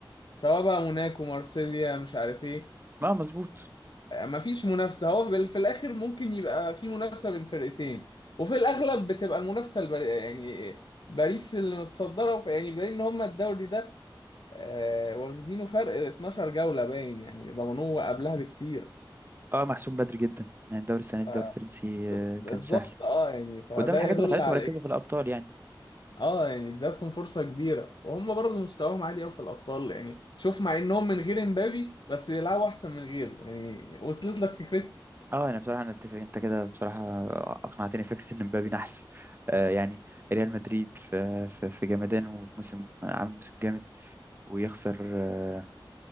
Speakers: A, on the left; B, on the right.
A: سواء بقى موناكو مارسيليا مش عارف ايه
B: ما مظبوط
A: مفيش منافسة هو بال- في الآخر ممكن يبقى في منافسة بين فرقتين وفي الأغلب بتبقى المنافسة البر... يعني باريس اللي متصدرة وف- يعني بدليل إن هما الدوري ده آه، واخدينه فرق 12 جولة باين يعني ضمنوه قبلها بكتير
B: اه محسوم بدري جدا يعني الدوري السنه دي
A: ف-
B: الدوري الفرنسي
A: ب-
B: آه،
A: بالظبط
B: كان سهل
A: اه يعني فده
B: وده من الحاجات
A: يدل
B: اللي خلته
A: على
B: مركزه
A: ايه
B: في الابطال يعني
A: اه يعني ادتهم فرصة كبيرة وهم برضه مستواهم عالي قوي في الأبطال يعني شوف مع إنهم من غير امبابي بس بيلعبوا أحسن من غيره يعني وصلت لك فكرة
B: اه انا بصراحه انا اتفق انت كده بصراحه اقنعتني فكره ان مبابي نحس آه يعني ريال مدريد في في, في جمدانه والموسم عامل موسم جامد ويخسر آه